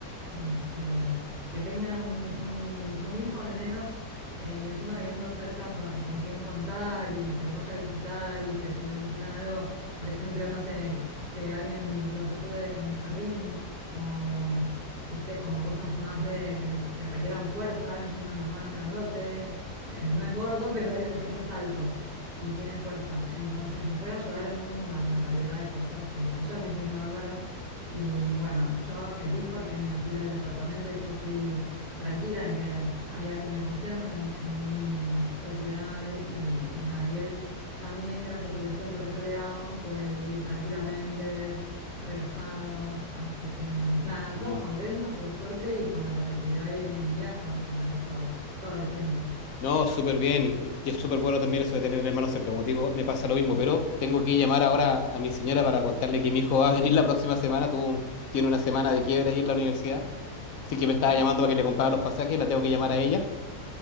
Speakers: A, on the right; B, on the left.
A: este, que tengan un, un- un hijo al menos eh, y encima viviendo cerca con, con quien contar y que los vaya a visitar y que si necesitan algo, por ejemplo, no sé, que que alguien los ayude con el jardín o viste, como cosas más de que, nece- que requieran fuerza. Encima mi hermano es grandote, es- eh, no es gordo, <laughs> pero es, es alto y tiene fuerza. Entonces los puede ayudar en un- una variedad de cosas que a ellos les viene bárbaro. Y bueno, yo feliz porque él me alquila el departamento y yo estoy tranquila de que hay alguien de confianza en, en mi propiedad y, y nada, y él también gracias al descuento que yo le hago puede vivir tranquilamente, relajado, así que nada,
B: No,
A: todos contentos por suerte y con la conectividad de hoy en día estamos en contacto todo el tiempo.
B: no, súper bien y, y es súper bueno también eso de tener hermanos cerca. Como te digo, me pasa lo mismo, pero tengo que llamar ahora a mi señora para contarle que mi hijo va a venir la próxima semana. Tuvo, tiene una semana de quiebra ahí en la universidad, así que me estaba
A: Ajá.
B: llamando para que le comprara los pasajes, y la tengo que llamar a ella.